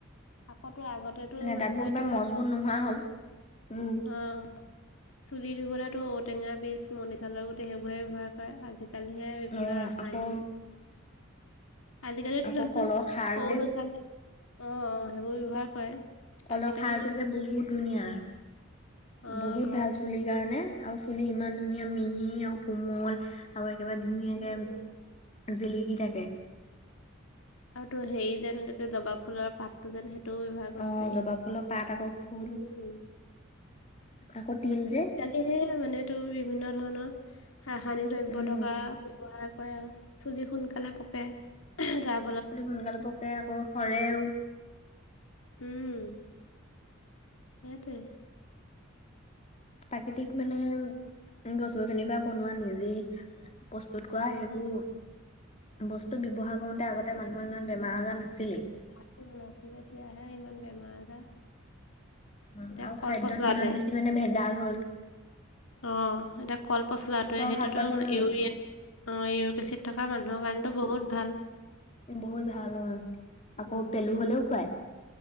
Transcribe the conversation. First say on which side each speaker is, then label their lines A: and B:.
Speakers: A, on the left; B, on the left.
A: আকৌ তো আগতে
B: মানে
A: মানুহেতো
B: দাঁতবোৰ ইমান মজবুত নোহোৱা হ'ল উম।
A: অ', চুলি ধুবলৈতো ঔটেঙা বীজ, মণি চালৰ গুটি সেইবোৰৰে ব্যৱহাৰ কৰে আজিকালিহে বিভিন্ন
B: অ
A: ৰাসায়নিক
B: আকৌ
A: আজিকালিতো
B: আকৌ
A: চাবিচোন
B: কলৰ খাৰ
A: সৰু
B: যে
A: ল'ৰা ছোৱালী, অ', সেইবোৰ ব্যৱহাৰ কৰে
B: কলৰ
A: আজিকালিতো
B: খাৰতো যে
A: বি-
B: বহুত ধুনীয়া,
A: অ
B: বহুত
A: হয়
B: ভাল চুলিৰ কাৰণে আৰু চুলি ইমান ধুনীয়া মিহি আৰু কোমল আৰু একেবাৰে ধুনীয়াকে
A: উম।
B: জিলিকি থাকে।
A: আৰু তো হেৰি যেন এনেকে জবা ফুলৰ পাতটো যেন সেইটোও ব্যৱহাৰ কৰিব
B: অ
A: পাৰি।
B: জবা ফুলৰ পাত আকৌ ফুল,
A: উম
B: আকৌ তিল যে
A: সেয়হে মানে তোৰ বিভিন্ন ধৰণৰ ৰাসায়নিক দ্ৰব্য
B: উম
A: থকা ব্যৱহাৰ কৰে, আৰু চুলি সোনকালে পকে, যাৰ
B: চুলি সোনকালে পকে, আকৌ সৰেও।
A: উম্, সেইটোৱে।
B: প্ৰাকৃতিক মানে, গছ-গছনিৰ পৰা বনোৱা নিজেই প্ৰস্তুত কৰা সেইবোৰ
A: অ
B: বস্তু ব্যৱহাৰ কৰোতে আগতে মানুহক ইমান বেমাৰ আজাৰ নাছিলেই।
A: নাছিলে নাছিলে, এতিয়াহে ইমান বেমাৰ আজাৰ।
B: উম্,
A: এতিয়া
B: আৰু
A: কল
B: খাদ্যত
A: পচলাটোৱে
B: ইমান বেছি মানে ভেজাল হ'ল।
A: অ', সেইতোৱে কলপচলাতোৱে
B: চব
A: সেইটোতো
B: শাক পাচলি
A: ইউৰিয়া
B: অ
A: অ', ইউৰিক এচিড থকা মানুহৰ কাৰণে। টো বহুত ভাল।
B: বহুত ভাল অ', আকৌ
A: উম
B: পেলু হলেও খুৱায়।